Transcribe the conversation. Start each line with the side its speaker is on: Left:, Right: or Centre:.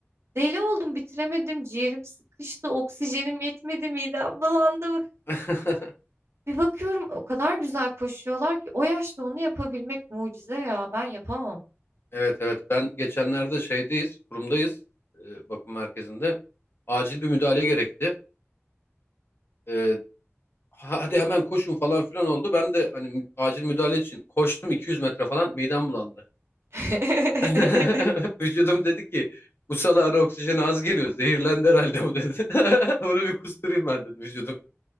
Right: Deli oldum, bitiremedim, ciğerim sıkıştı, oksijenim yetmedi, midem bulandı.
Left: <laughs>
Right: Bir bakıyorum o kadar güzel koşuyorlar ki o yaşta onu yapabilmek mucize ya. Ben yapamam.
Left: Evet evet ben geçenlerde şeydeyiz kurumdayız e, bakım merkezinde acil bir müdahale gerekti. E, "Ha- hadi hemen koşun falan filan oldu. Ben de hani mü- acil müdahale için koştum 200 metre falan midem bulandı.
Right: <laughs>
Left: <laughs> Vücudum dedi ki bu salağın oksijeni az geliyor zehirlendi herhalde bu dedi. <laughs> Bunu bir kusturayım ben dedi vücudum.